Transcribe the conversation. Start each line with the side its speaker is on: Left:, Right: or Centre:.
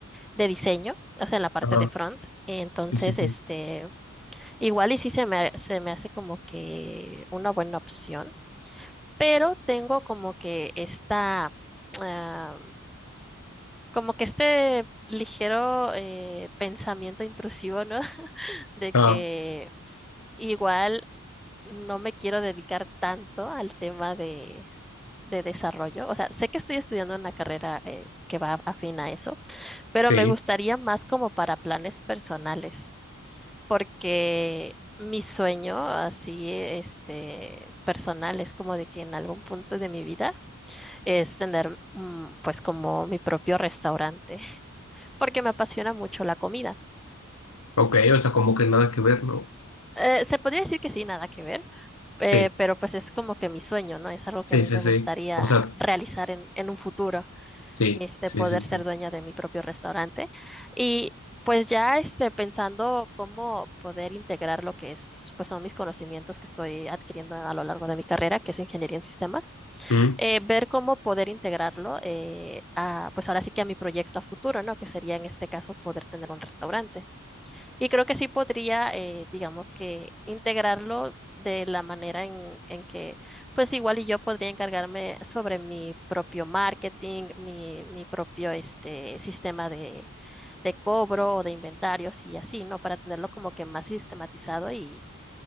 Centre: de diseño, o sea, en la parte
Left: ajá,
Centre: de front. Entonces,
Left: sí, sí, sí.
Centre: este, igual y sí se me, se me hace como que una buena opción pero tengo como que esta, ah, como que este ligero eh, pensamiento intrusivo, ¿no? <laughs> De
Left: Ajá,
Centre: que igual no me quiero dedicar tanto al tema de, de desarrollo. O sea, sé que estoy estudiando una carrera eh, que va afín a eso, pero
Left: sí,
Centre: me gustaría más como para planes personales, porque mi sueño así, este, personal es como de que en algún punto de mi vida es tener mm, pues como mi propio restaurante, <laughs> porque me apasiona mucho la comida.
Left: ok, o sea, como que nada que ver, ¿no?
Centre: Eh, se podría decir que sí, nada que ver, eh,
Left: Sí,
Centre: pero pues es como que mi sueño, ¿no? Es algo
Left: sí,
Centre: que a mí
Left: sí,
Centre: me
Left: sí.
Centre: gustaría
Left: O sea,
Centre: realizar en, en un futuro,
Left: sí,
Centre: este,
Left: sí,
Centre: poder
Left: sí,
Centre: ser
Left: sí.
Centre: dueña de mi propio restaurante. Y pues ya este, pensando cómo poder integrar lo que es, pues son mis conocimientos que estoy adquiriendo a lo largo de mi carrera, que es ingeniería en sistemas,
Left: Mm,
Centre: eh, ver cómo poder integrarlo eh, a, pues ahora sí que a mi proyecto a futuro, ¿no? Que sería en este caso poder tener un restaurante. Y creo que sí podría, eh, digamos que integrarlo de la manera en, en que, pues igual y yo podría encargarme sobre mi propio marketing, mi, mi propio este, sistema de, de cobro o de inventarios y así, ¿no? Para tenerlo como que más sistematizado y,